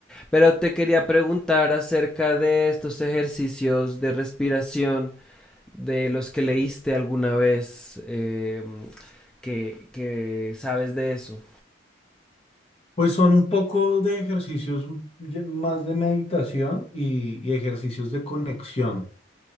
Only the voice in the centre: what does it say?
Pero te quería preguntar acerca de estos ejercicios de respiración de los que leíste alguna vez, eh, mm, que, que sabes de eso.